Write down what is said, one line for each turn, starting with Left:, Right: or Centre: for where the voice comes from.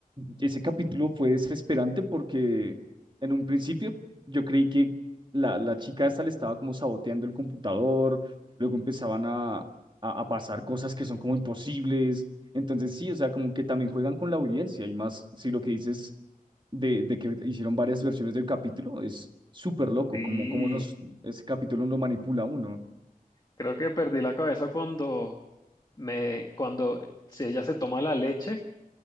Right: ese capítulo fue desesperante porque en un principio yo creí que la, la chica esta le estaba como saboteando el computador, luego empezaban a, a, a pasar cosas que son como imposibles. Entonces sí, o sea, como que también juegan con la audiencia y más si lo que dices de, de que hicieron varias versiones del capítulo es súper loco,
Left: Sí.
Right: como, como nos, ese capítulo lo manipula a uno.
Left: Creo que perdí la cabeza cuando me, cuando si ella se toma la leche,